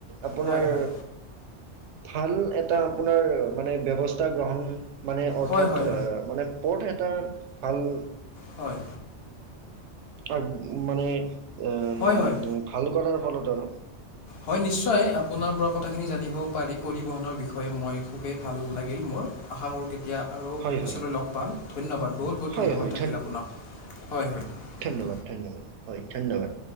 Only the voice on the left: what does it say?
হয় হয়
হয় হয় হয়
হয়।
হয় হয়
হয়, নিশ্চয়। আপোনাৰ পৰা কথাখিনি জানিব পাৰি, পৰিবহণৰ বিষয়ে মই খুবেই ভাল লাগিল মোৰ আশা কৰোঁ কেতিয়াবা এতিয়া আৰু
পিছলৈ
লগ পাম ধন্যবাদ বহুত বহুত
ধন্যবাদ
থাকিল আপোনাক হয় হয়।